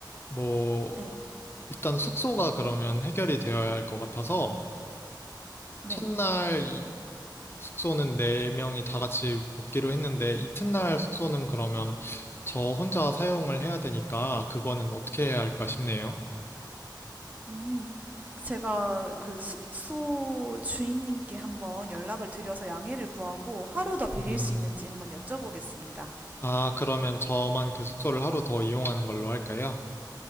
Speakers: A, on the left; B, on the right.
A: 뭐,
B: 네.
A: 일단 숙소가 그러면 해결이 되어야 할 것 같아서,
B: 네.
A: 첫날 이- 숙소는 네 명이 다 같이 묵기로 했는데, 이튿날 숙소는 그러면 저 혼자 사용을 해야 되니까, 그거는 어떻게 해야 할까 싶네요.
B: 음, 제가 그 숙소 주인님께 한번 연락을 드려서 양해를 구하고 하루 더 빌릴
A: 음,
B: 수 있는지 한번 여쭤보겠습니다.
A: 아, 그러면 저만 그 숙소를 하루 더 이용하는 걸로 할까요?